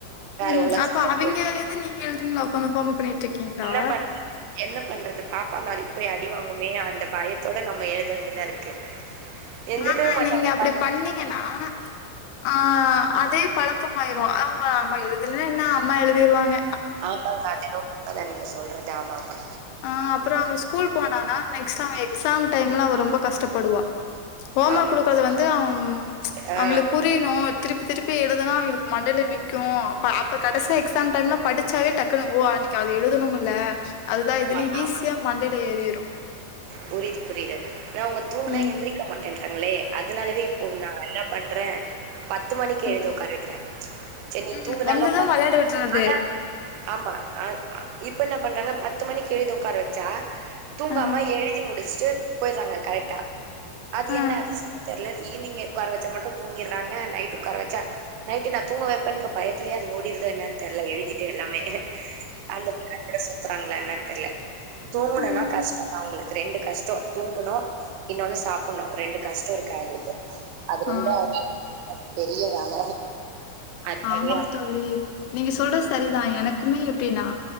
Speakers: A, on the right (about 90°); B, on the left (about 85°).
A: வேற
B: ம்
A: உலகத்துல
B: அப்ப அவிங்க இது நீங்க எழுதுவிங்ளா ஏக்காந்து ஹோமர்க் பண்ணிட்ருக்கீங்ளா
A: என்ன பண்றது என்ன பண்றது பாப்பா நாலைக்கு போய் அடிவாங்குமே அந்த பயத்தோட நம்ம எழுத வேண்டிதா இருக்கு எந்திரிக்கவே
B: ஆஹ
A: மாட்டாங்க
B: நீங்க அப்டி பண்ணீங்கன்னா ஆ அதே பழக்கமாயிரு அவ் நம்ம எழுதுலனா என்ன அம்மா எழுதிடுவாங்க
A: ஆமாங்க அது என்னவோ உண்மதா நீங்க சொல்றது ஆமா ஆமா
B: ஆ அப்றோ அவன் ஸ்கூல் போனானா நெக்ஸ்ட் டு அவன் எக்ஸாம் டைம்ல அவ ரொம்ப கஷ்டப்படுவா ஹோமர்க்
A: ஆமா
B: குடுக்குறது வந்து அவ்
A: ஆ
B: அவங்குலுக் புரி னு திருப்பி திருப்பி எழுதுனா அனைங்களுக் மண்டல நிக்கு அப்ப கடைசியா எக்ஸாம் டைம்ல படிச்சாவே டக்குணு ஓ அன்னக்கி அது எழுதணுமல்ல அதுதா இதுன்னு
A: ஆமாங்க
B: ஈஸியா மண்டைல ஏறிரு
A: புரிது புரிது னா அவுங்க தூங்குனா
B: ம்
A: எத்திரிக்க மாட்டேன்றாங்களே அதனாலவே இப்போ நா என்ன பண்ற பத்து மணிக்கு
B: ம்
A: எழுத ஒக்கார வக்கிற சேரி நீ
B: ம்
A: தூங்கினாலு
B: வந்தது
A: பத்
B: வெளையாட விட்றது
A: ஆனா ஆமா அ இப்ப என்ன பண்றாங்க பத்து மணிக்கு எழுத ஒக்கார வச்சா தூங்காம
B: ஆ
A: எழுதி முடிச்சுட்டு போய்றாங்க கரெட்டா அது
B: ஆ
A: என்ன அதிசயமோ தெர்ல ஈவினிங்க ஒக்கார வச்சா மட்டு தூங்கிட்றாங்க நைட்டு உக்கார வச்சா நைட்டு நா தூங்க வப்பேன்ற பயத்துலயே அது ஓடுது எனன் தெர்ல எழுதிட்டு எல்லாமே அந்த <unintelligible> சுத்துறாங்களா என்னன் தெர்ல தூங்குனன்னா
B: ம்
A: கஷ்டோ அவங்களுக்கு ரெண்டு கஷ்டோ தூங்கணு இன்னொன்னு சாப்புண்ணு ரெண்டு கஷ்டோ இருக்கு அவுங்களுக்கு அது
B: ஆ
A: ரெண்டு அவுங்க <unintelligible> பெரிய வேல அதுக்காவே
B: ஆமாங் தோழி நீங்க சொல்றது சரிதா எனக்குமே எப்டின்னா